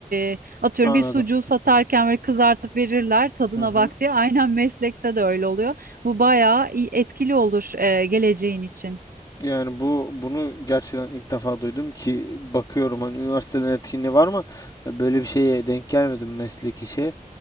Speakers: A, on the right; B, on the left.
A: e, atıyorum
B: Anladım.
A: bir sucuğu satarken böyle kızartıp verirler tadına
B: Hı hı.
A: bak diye <laughs> aynen meslekte de öyle oluyor. Bu bayağı iyi- etkili olur e, geleceğin için.
B: Yani bu bunu gerçekten ilk defa duydum ki bakıyorum hani üniversitelerin etkinliği var mı? Böyle bir şeye denk gelmedim mesleki şeye.